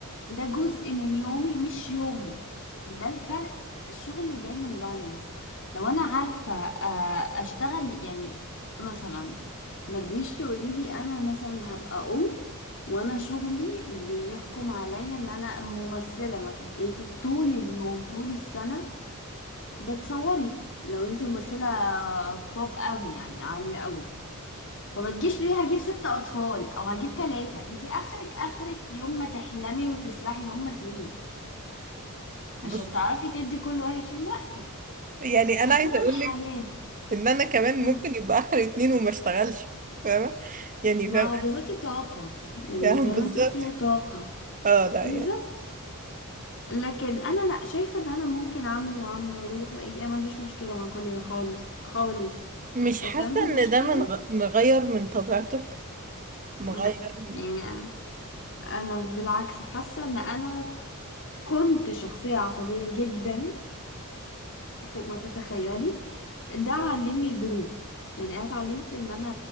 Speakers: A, on the left; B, on the right.
A: ده جزء من يومي مش يومي ده الفرق الشغل دايما بالانس لو انا عارفة آه، اشتغل يعني مثلا ما تجيش تقولي لي انا مثلا هبقى ام وانا شغلي بيحكم عليا ان انا ممثلة مثلا انت طول اليوم طول السنة بتصوري لو انت ممثلة بوب قوي يعني عالية قوي فما تجيش تقولي هجيب ست اطفال او هجيب تلاتة انت اخرك اخرك يوم ما تحلمي وتسرحي هما اتنين عشان
B: بص
A: تعرفي تدي كل واحد فيهم وقته
B: يعني
A: فهو
B: أنا عايزة أقولك
A: الحياة
B: إن أنا كمان
A: مم.
B: ممكن يبقى آخر اتنين وما اشتغلش فاهمة يعني
A: ما
B: فاهمة
A: هو بالظبط طاقة يعني
B: يعني
A: زي ما
B: بالظبط
A: انت قلتي هي طاقة
B: اه لا
A: بالظبط لكن انا لا شايفة ان انا ممكن اعمل واعمل واروح واجي انا ما عنديش مشكلة مع كل ده خالص خالص
B: مش
A: بس
B: حاسة
A: عندي مشكلة
B: ان ده من غ- مغير من طبيعتك مغير
A: لا
B: من-
A: يعني انا أنا بالعكس حاسة ان انا كنت شخصية عصبية جدا فوق ما تتخيلي ده علمني البرود يعني انا اتعلمت ان انا